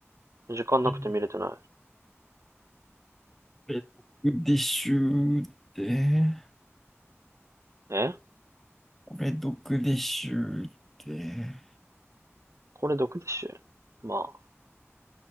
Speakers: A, on the right; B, in the centre.
A: 時間なくて見れてな
B: えーこれ、ディッシュって。
A: い。え
B: これ、毒でしゅうって、
A: これ毒でしょま